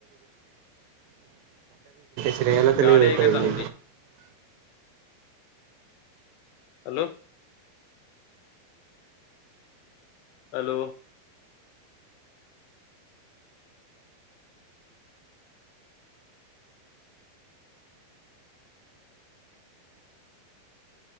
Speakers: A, on the right; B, on the left.
A: करायला तर लय
B: गाडी आहे का चांगली? Hello hello